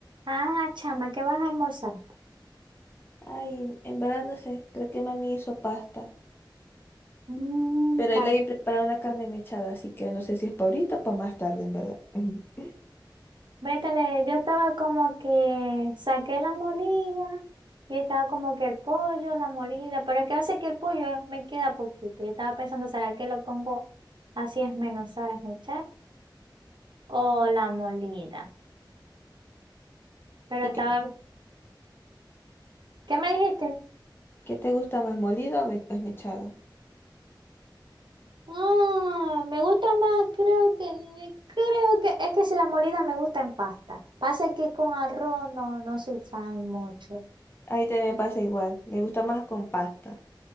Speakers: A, on the right (about 70°); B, on the left (about 25°).
A: Ah, chama, ¿qué vas a almorzar?
B: Ay, en verdad no sé, creo que mami hizo pasta,
A: Mm,
B: pero
A: pa.
B: ahí la vi preparar una carne mechada, así que no sé si es para ahorita o para más tarde, en verdad. <laughs>
A: Vétale, yo estaba como que saqué la molida y estaba como que el pollo, la molida, pero es que hace que el pollo me queda poquito. Yo estaba pensando, ¿será que lo pongo así esmenuzar, esmechar? O
B: Ujú.
A: la molida. Pero
B: ¿Y
A: estaba,
B: qué,
A: ¿qué me dijiste?
B: qué te gusta más, molida o me- más mechada?
A: Ah, me gusta más, creo que, creo que, es que si la molida me gusta en pasta. Pasa que con arroz no, no soy fan mucho.
B: Ahí también me pasa igual, me gusta más con pasta,